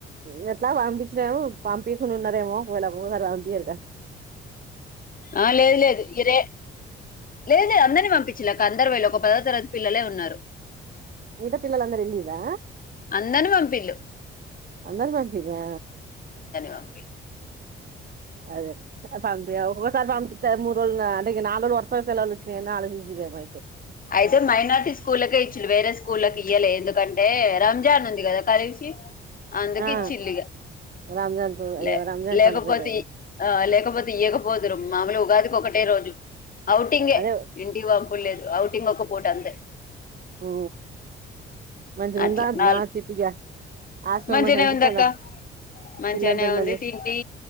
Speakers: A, on the right; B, on the left.
A: ఇదట్లా పంపించినం పంపికు ఉన్నారేమో పోయిలా పోసర వాంపక
B: ఆ లేదు లేదు ఇ రే లేదు లేదు అందరిని మ పిచ్చిలలకు అందరు వళ్ళు ఒక పదో తరగతి పిల్లలే ఉన్నారు
A: ఇద పిల్లల అందరు వెళ్ళిరా
B: అందని పంపిలుు
A: అంద మాతనా
B: పంపిళ్ళు
A: అదే పంపి ఒసారి ఫ యురుళ్ళ అంటే నాలుళ వసాల తెలచ్చ నాలుగు హింగిమయితే
B: అయితే మైనార్టీ స్కూళ్ళకే ఇచ్చలే వేరే స్కూళ్ళకి ఇయ్వలే ఎందుకంటే రంజాన్ ఉంది కదా కలిసి అందుకే
A: ఆ
B: చిల్లిగా
A: రంజాన్ కు అయ్యో
B: లే
A: రంజాన్
B: లేకపోతే
A: పండగ
B: ఆ లేకపోతే ఇయకపోదురు మామూలు ఉగాదికి ఒక రోజు ఔటింగే
A: అదే
B: ఇంటి వం లేదు అవుట్ ఇంక ఒక పూట ఉంది
A: ఓ మంచిగుందా
B: అట్లా నాలు
A: నా చిట్టిగా హాస్టల్
B: మంచిగానే
A: మంచిగా అనిపిత్తందా
B: ఉంది అక్క మంచిగానే
A: పిల్లలతోని
B: ఉంది
A: మంచిగా
B: తిండి